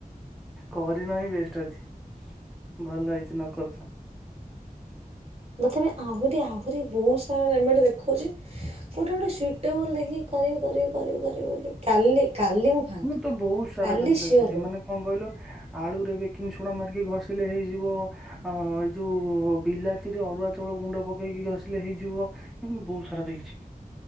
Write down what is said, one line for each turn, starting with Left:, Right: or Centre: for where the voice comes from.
Centre: କରିନାହିିଁ ବେଷ୍ଟ ଅଛି ଭଲ ହେଇଛି ନ କରିଛ।
Right: ତଥାବି ଆହୁରି ଆହୁରି ବହୁତ ସାରା ରେମେଡୀ ଦେଖଉଛି। କୋଉଠେ ଗୋଟେ ସିଟେବୁଲ୍ ଦେଖିକି କରିବି କରିବି କରିବି କରିବି ବୋଲି। କାଲି କାଲି ମୁଁ ଫାଙ୍କା
Centre: ତ ବହୁତ ସାରା
Right: କାଲି
Centre: କିନ୍ତୁ ଦେଖିଛି
Right: ସିଓର କହିବି।
Centre: ମାନେ କଣ କହିଲ ଆଳୁରେ ବେକିଂ ସୋଡା ମାରିକି ଘଷିଲେ ହେଇଯିବ। ଅଁ ଏଇ ଯୋଉ ବିଲାତିରେ ଅରୁୁଆ। ଚାଉଳ ଗୁଣ୍ଡ ପକେଇକି ଘସିଲେ ହେଇଯିବ ଏମିତି ବହୁତ ସାରା ଦେଖିଛି।